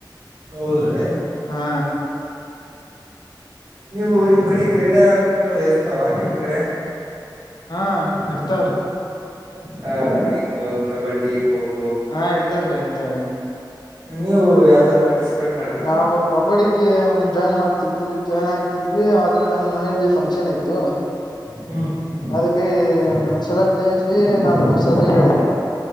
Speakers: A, on the right; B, on the left.
A: ಹೌದ್ರೆ ಹ್ಮ್
B: ಹಾ
A: ನೀವು ನಿಮ್ ಕಡೆ ಕ್ರೀಡಾಕೂಟಗಳು ಇರ್ತಾವ ನಿಮ್ ಕಡೆ.
B: ಹಾ ಇರ್ತಾವ್ರಿ
A: ಹ ರನ್ನಿಂಗ್ ಕಬಡ್ಡಿ ಖೋಖೋ.
B: ಹಾ ಇರ್ತಾವ್ ಇರ್ತವೆ.
A: ನೀವು ಯಾವ್ದಾರ ಪಾರ್ಟಿಸಿಪೇಟ್ ಮಾಡಿದ್ರ
B: ನಾವು ಕಬಡ್ಡಿಗೆ ಜಾಯಿನ್ ಮಾಡ್ತ ಜಾಯ್ನ್ ಆಗ್ತಿದ್ವಿ ಆದ್ರೆ ನಮ್ಮ್ ಮನಲಿ ಫಂಕ್ಷನ್ ಇತ್ತು.
A: ಹ್ಮ್ ಹ್ಮ್
B: ಅದಕ್ಕೆ ಸಲಕ್ತಾ ಇದ ಇದ್ವಿ ನಾನು ಸರಿಡಿದ್ದ.